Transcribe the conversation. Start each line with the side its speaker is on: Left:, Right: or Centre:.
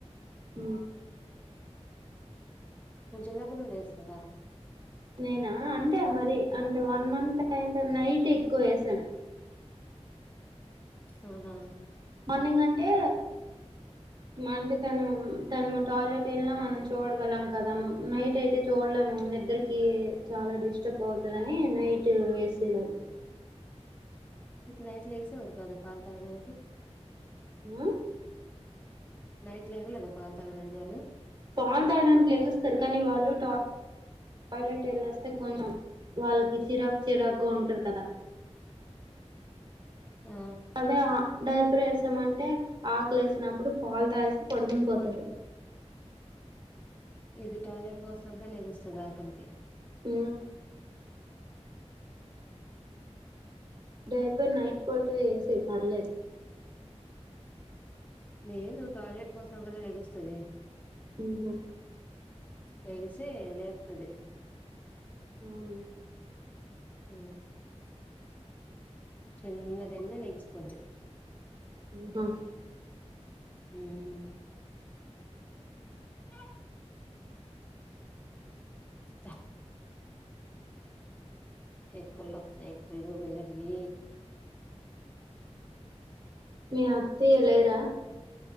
Right: ఆ
Left: చిలా ప ఉండేసవా
Right: నేనా అంటే మరి అంటే వన్ మంత్ అంట నైట్ ఎక్కువ వేసాను
Left: అవునా
Right: మార్నింగ్ అంటే అంటే తను తను టాయిలెట్ వెళ్ళిన మనం చూడగలం కదా నైట్ అయితే చూడలేము నిద్దరికి చాలా డిస్టర్బ్ అవుతుందిని నైట్ వేసేదారు
Left: అయితే నైట్ లో ఎక్సా వర కాదా పాాల తాగడా
Right: ఆ
Left: నైట్ లేగలేదా పాలు తాగడానికి వాళ్ళు
Right: పాల్ తాడానికి లే ఇస్తారు కానీ వాళ్ళు ట టాయిలెట్ వెళ్ళేస్తే కొంచెం వాళ్ళకి చిరాకు చిరాకుగా ఉంటుంది కదా
Left: ఆ
Right: అదేంటపు అంటే ఆకలే వసినప్పుడు పాలు తాసి పడుకుని పోతారు
Left: ఇది టాయిలెట్ పోసినప్పుడే లెస్తుంది ఆకలికి
Right: అ డ్రైపర్ నైట్ పోట వేసి పర్లేదు
Left: లేదు టాయిలెట్ పోసడం వల్ల ెగుస్తుది
Right: హహ
Left: హగసే లేపుతది
Right: అవు
Left: అ చిన్నది ఎల నెగస్పోోద్
Right: బా
Left: అ సఫ ఎ కల్లన్నా ఎ కల్లూ వెళ్ళగి
Right: మీ అతి ఎలేరా